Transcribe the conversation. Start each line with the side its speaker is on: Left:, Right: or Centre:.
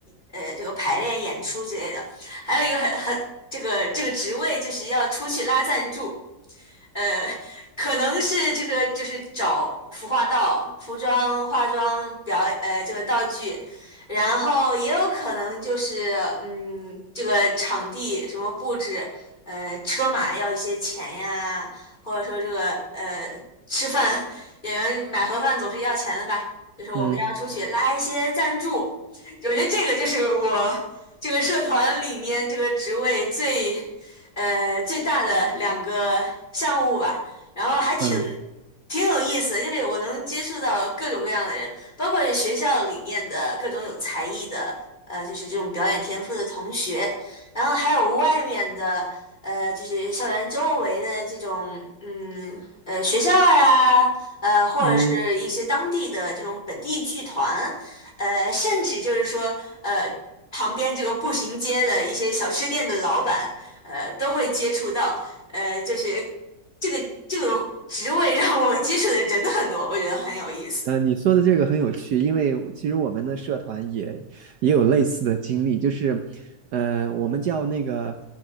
Left: 呃这个排练演出之类的。还有一个很很这个这个职位就是要出去拉赞助，呃，可能是这个就是找服化道、服装、化妆表呃这个道具，然后也有可能就是嗯这个场地什么布置，呃车马要一些钱呀，或者说这个呃吃饭演员买盒饭总是要钱的吧，就是我们要出去拉一些赞助，
Right: 嗯
Left: 我觉得这个就是我这个社团里面这个职位最。呃最大的两个项目吧，然后还挺
Right: 嗯
Left: 挺有意思的就是我能接触到各种各样的人，包括是学校里面的各种有才艺的，呃，就是这种表演天赋的同学，然后还有外面的，呃，就是校园周围的这种，嗯，呃，学校呀，呃，或者是一些当地的这种本地剧团，
Right: 嗯，
Left: 呃，甚至就是说，呃，旁边这个步行街的一些小吃店的老板，呃，都会接触到。呃，就是这个这个职位让我接触的人很多，我觉得很有意思。
Right: 呃，你说的这个很有趣，因为其实我们的社团也也有类似的经历，就是，呃，我们叫那个，